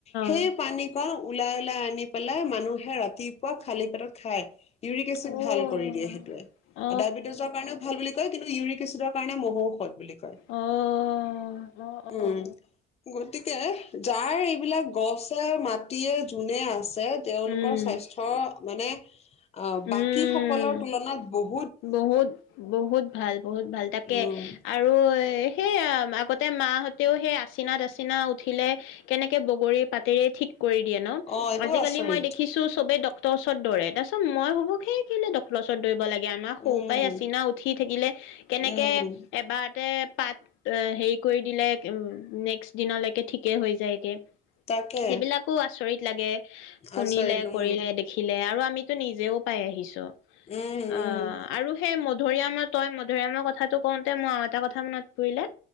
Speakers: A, on the left; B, on the left.
A: সেই
B: অ
A: পানীকণ ওলাই ওলাই আনি পেলাই মানুহে ৰাত তিপুৱা খালি পেটত খাই, ইউৰিক এচিড
B: অ', অ',
A: ভাল কৰি দিয়ে সেইটোৱে, আৰু ডায়েবেটিজৰ কাৰণেও ভাল বুলিক কিন্তু ইউৰিক এচিডৰ কাৰণে মহৌষ বুলি কয়।
B: অ', অ', অ',
A: উম,
B: অ'।
A: গতিক যাৰ এইবিলাক গছে, মাটিয়ে, জোনে আছ ছে, তেওঁলোকৰ
B: উম,
A: স্বাস্থ্যৰ মানে অ'
B: উম,
A: বাকী সকলৰ তুলনাত বহু
B: বহুত, বহুত ভাল, বহুত ভাল তাকে,
A: উম
B: আৰু সেইয়া, আগত তে মাহঁতেও সেই আছিনা তাচিনা উঠিলে কেনেকে বগৰী পাতেৰে ঠিক কৰি দিয়ে ন?
A: অ এইটো
B: আজিকালি
A: আচৰিত
B: মই দেখিছোঁ চবে ডক তৰ ওচৰত দৌৰে, তাৰপিছত মই ভাবো, সেই ক'লে ওৰত দৌৰিব লাগে। জ্ঞানৰ সৰু
A: উম
B: পাই আচিনা উঠি থাকিলে, কেনেকে
A: উম
B: এবাৰতে পাত, হেৰি কৰি দিলে, নেক্সট দিনালৈকে ঠিকে হৈ যায়গে।
A: তাকে
B: সেইবিলাকো আচৰিত লাগে, শুনিলে,
A: আচৰিত উম
B: কৰিলে, দেখিলে, আৰু আ আমিতো নিজেও পাই আহিছো।
A: উম
B: অ
A: উম।
B: আৰু সেই মধুৰিআমৰ তই মধুৰিআমৰ কথাটো কওঁতে মই আৰু এটা কথা মান পৰিলে,